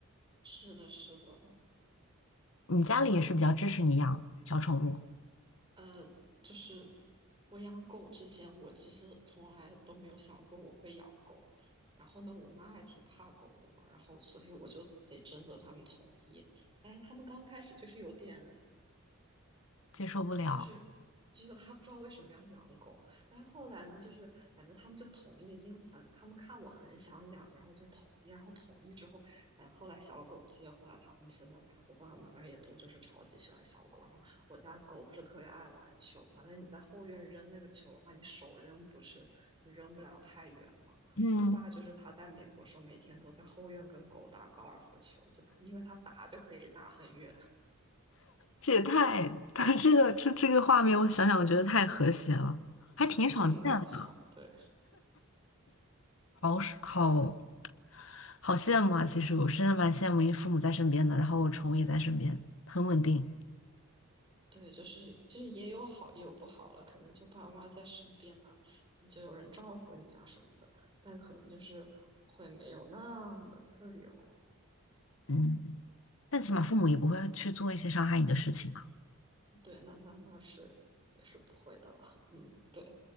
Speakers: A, on the right; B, on the left.
A: 是的，是的，
B: 你家里也是比较支持你养小宠物，
A: 呃，就是我养狗之前，我其实从来都没有想过我会养狗。然后呢，我妈还挺怕狗的嘛，然后所以我就得征得他们同意。但是他们刚开始就是有点
B: 接受不了。
A: 就是就是他不知道为什么要养狗，但是后来呢，就是反正他们就同意，因为反正他们看我很想养，然后就同意，然后同意之后，反正后来小狗接回来，他们现在我爸爸妈妈也都就是超级喜欢小狗，然后我家狗不是特别爱玩球嘛，那你在后院扔那个球的话，你手扔不是就扔不了太远嘛。
B: 嗯，
A: 我爸就是他在美国时候，每天都在后院跟狗打高尔夫球，就因为他打就可以打很远，
B: 这也太，<laughs> 这个这这个画面，我想想，我觉得太和谐了，还挺少见的，
A: 就很搞笑，对。
B: 好是好好羡慕啊！其实我真的蛮羡慕，因为父母在身边的，然后我宠物也在身边，很稳定。
A: 对，就是就是也有好也有不好了，可能就爸妈在身边呢，你就有人照顾你啊什么的，但可能就是会没有那么自由。
B: 嗯，但起码父母也不会去做一些伤害你的事情嘛。
A: 对，那那那是也是不会的了。嗯，对。